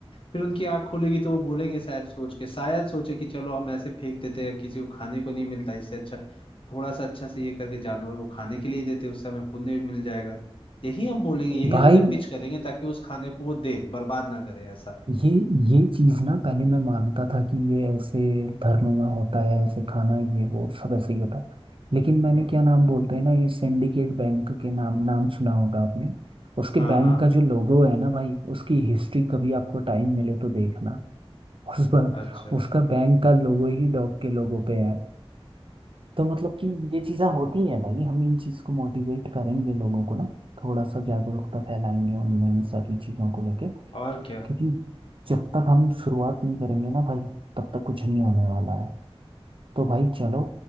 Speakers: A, on the left; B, on the right.
A: फिर उनकी आंख खुलेगी तो वो बोलेंगे शायद सोच के शायद सोचे कि चलो हम ऐसे फेंक देते हैं किसी को खाने को नहीं मिलता इससे अच्छा थोड़ा सा अच्छा से ये करके जानवर को खाने के लिए ही देते उससे हमें पुण्य भी मिल जाएगा यही हम बोलेंगे यही
B: भाई
A: हम उन्हें पिच करेंगे ताकि उस खाने को वो दे बर्बाद ना करे ऐसा
B: ये ये चीज़ ना पहले मैं मानता था कि ये ऐसे धर्म में होता है ऐसे खाना ये वो सब ऐसे ही होता है लेकिन मैंने
A: हम्म
B: क्या नाम बोलते हैं ना ये सिंडिकेट बैंक के नाम नाम सुना होगा आपने उसके
A: हाँ
B: बैंक
A: हाँ
B: का जो लोगो है ना भाई उसकी हिस्ट्री कभी आपको टाइम मिले तो देखना <laughs> उस पर
A: अच्छा
B: उसका बैंक का लोगो ही डॉग के लोगो पे है तो मतलब कि ये चीज़ें होती हैं भाई हम इन चीज़ को मोटिवेट करेंगे लोगों को ना थोड़ा सा जागरूकता फैलाएंगे उनमें इन सारी चीज़ों को लेके
A: और क्या
B: क्योंकि जब तक हम शुरुआत नहीं करेंगे ना भाई तब तक कुछ नहीं होने वाला है तो भाई चलो